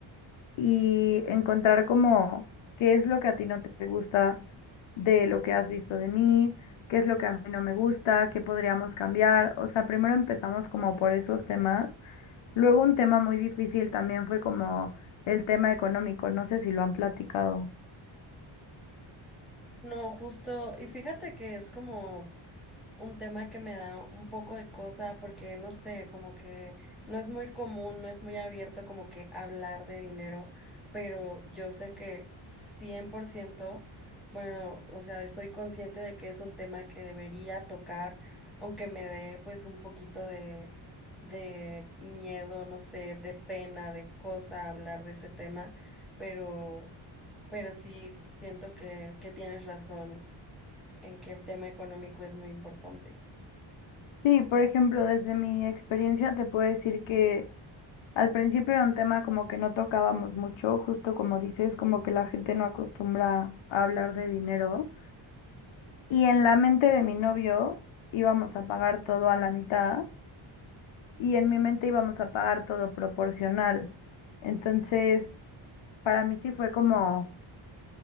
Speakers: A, on the left (about 70°); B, in the centre.
A: y encontrar como qué es lo que a ti no te gusta de lo que has visto de mí, qué es lo que a mí no me gusta, qué podríamos cambiar. O sea, primero empezamos como por esos temas Luego un tema muy difícil también fue como el tema económico, no sé si lo han platicado.
B: No, justo, y fíjate que es como... un tema que me da un poco de cosa porque no sé, como que no es muy común, no es muy abierto como que hablar de dinero, pero yo sé que cien por ciento bueno, o sea, estoy consciente de que es un tema que debería tocar, aunque me dé pues un poquito de de miedo, no sé, de pena, de cosa hablar de ese tema, pero pero sí siento que que tienes razón en que el tema económico es muy importante.
A: Sí, por ejemplo, desde mi experiencia te puedo decir que al principio era un tema como que no tocábamos mucho, justo como dices, como que la gente no acostumbra a hablar de dinero. Y en la mente de mi novio íbamos a pagar todo a la mitad y en mi mente íbamos a pagar todo proporcional. Entonces, para mí sí fue como